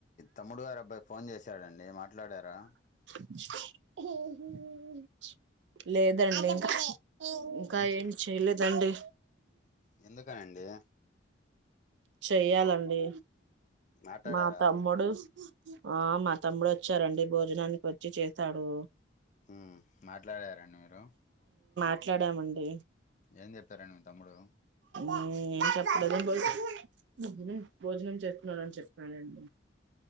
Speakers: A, on the left; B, on the right.
A: తమ్ముడు గారి అబ్బాయి ఫోన్ చేసాడండి మాట్లాడారా
B: <unintelligible> లేదండి ఇంకా ఇంకా
A: ఎందు
B: ఏమి చేయలేదండి.
A: ఎందుకనండి.
B: చెయ్యాలండి,
A: మాట్లాడారా
B: మా తమ్ముడు మా మరద తమ్ముడు వచ్చారండి. భోజనానికి వచ్చి చేశాడు.
A: హు మాట్లాడారండి మీరు
B: మాట్లాడామండి.
A: ఏం చెప్పారండి మీ తమ్ముడు
B: ఊ ఏం చెప్పడం పో వద్దులే
A: ఉమ్
B: భోజనం చె నని చెప్తానండి